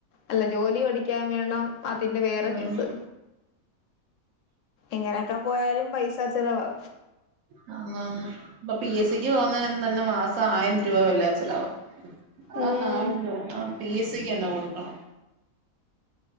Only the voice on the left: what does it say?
അല്ല ജോലി പഠിക്കാൻ വേണം അതിന്റെ വേറെ
ഫീസ് ഇങ്ങനെ ഒക്കെ പോയാലും പൈസ ചെലവാ
ഉം